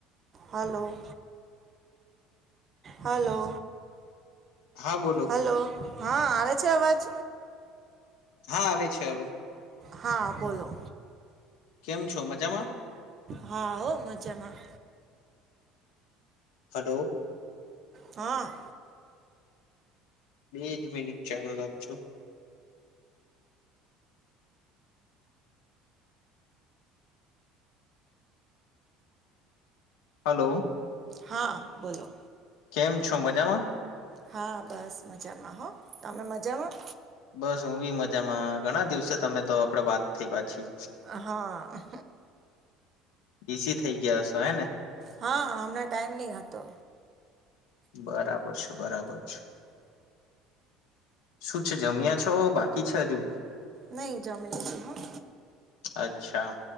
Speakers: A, on the right; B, on the left.
A: હલો. હલો
B: હા બોલો
A: હલો. હા આવે છે અવાજ.
B: હા આવે છે હવે.
A: હા બોલો.
B: કેમ છો મજામાં.
A: હા હો મજામાં.
B: હલો.
A: હ અ.
B: બેજ મિનિટ ચાલુ રાખજો. હલો.
A: હા બોલો.
B: કેમ છો મજામાં.
A: હા બસ મજામાં હો તમે મજામાં.
B: બસ હું બી મજામાં ઘણા દિવસે તમે તો આપડે વાત થઈ પાછી.
A: અ હા.
B: બીસી થઈ ગ્યા હસો હે ને.
A: હા હમણાં ટાઈમ ની હતો.
B: બરાબર છે. બરાબર છે. શું છે જમ્યા છો બાકી છે હજુ?
A: નહી જમી લીધું.
B: અચ્છા.